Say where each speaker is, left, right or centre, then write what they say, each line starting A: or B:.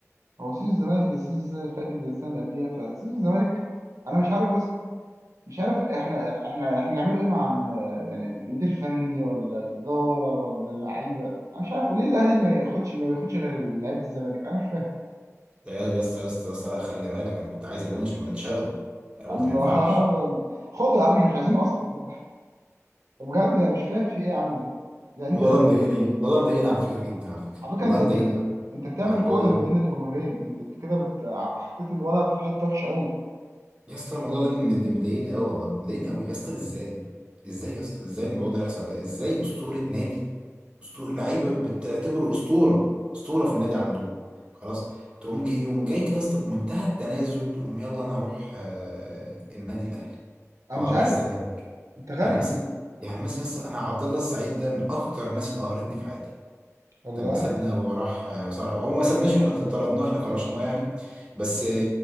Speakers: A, on the right; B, on the right.
A: هو سيزون الزمالك ده السيزون اللي فاتت زي السنه اللي قبليها فسيزون الزمالك انا مش عارف بص مش عارف احنا احنا احنا نعمله ايه مع ال- يعني مدير فني ولا الاداره ولا اللعيبه انا مش عارف وليه الاهلي ما ياخدش ما بياخدش غير لعيبه الزمالك انا مش فاهم
B: ده يا يا اسطى يا اسطى يا اسطى لا خلي بالك انا كنت عايز الونش وما رضيتش اخده انا
A: يا
B: قلت
A: عم
B: ما ينفعش
A: <laughs> خد يا عم احنا مش عايزينه اصلا بجد أنا مش فاهم في ايه يا عم ده يعني
B: الموضوع
A: انت انت
B: ده مضايقني الموضوع ده مضايقني على فكره جدا على فكره
A: على فكره
B: والله
A: انت انت
B: مضايقني قوي
A: انت بتعمل
B: يعني الموضوع
A: كره
B: ده
A: ما بين الجمهورين انت انت كده بت- حطيت الولد في حته وحشه قوي
B: يا اسطى الموضوع ده مد- مضايقني قوي والله مضايقني قوي يا اسطى ازاي ازاي يا اسطى ازاي الموضوع ده يحصل كده ازاي اسطوره نادي اسطوره لعيبه بتعتبره اسطوره اسطوره في النادي عندهم خلاص تقوم جاي يوم جاي كده يا اسطى بمنتهى التنازل تقوم يلا انا هروح آه، النادي الاهلي
A: انا
B: او
A: مش
B: هروح
A: عارف
B: الزمالك
A: انت غبي
B: يعني مثلا يعني مثلا يا اسطى انا عبد الله السعيد ده من اكتر الناس اللي قهرتني في حياتي
A: والله
B: لما سابنا وراح صحراء هو ما سابناش احنا طردناه احنا كرشناه يعني بس